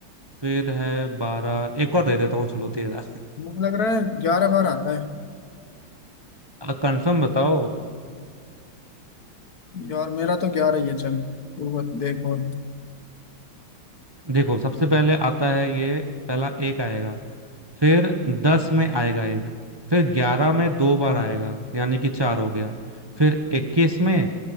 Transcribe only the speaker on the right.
फिर है बारह एक और दे देता हूँ चलो तेरह
कंफर्म बताओ
देखो सबसे पहले आता है ये पहला एक आएगा फिर दस में आएगा एक फिर ग्यारह में दो बार
आएगा यानी कि चार हो गया फिर इक्कीस में